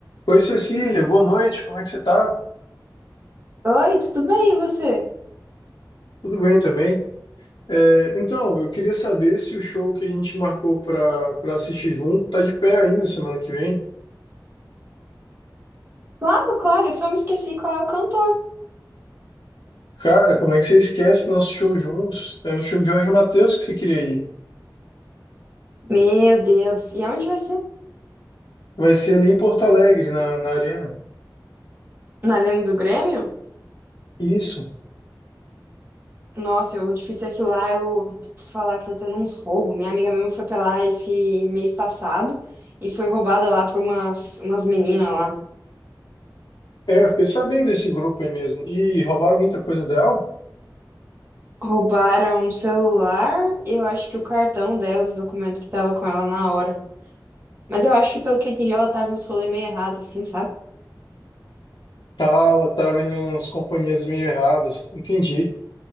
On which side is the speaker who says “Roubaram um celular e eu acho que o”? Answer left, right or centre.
Right